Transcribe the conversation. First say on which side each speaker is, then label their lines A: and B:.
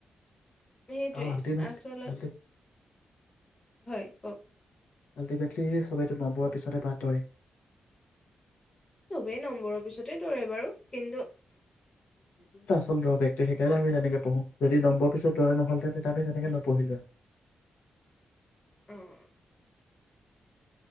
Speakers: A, on the left; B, on the left.
A: সেইটোৱে,
B: অ আল্টিমেটলি
A: আচলত
B: আল্টি
A: হয় কওক
B: আল্টিমেটলি সেই সবেইটো নম্বৰ পিছতে পাতৰে
A: চবেই নম্বৰৰ পিছতে দৌৰে বাৰু কিন্তু
B: ল দৰ ব্যক্তি সেইকাৰণে আমি তেনেকে পঢ়ো যদি নম্বৰ পিছত দৰা নহল হেঁতেন তে আমি তেনেকে নপঢ়িলো
A: অহ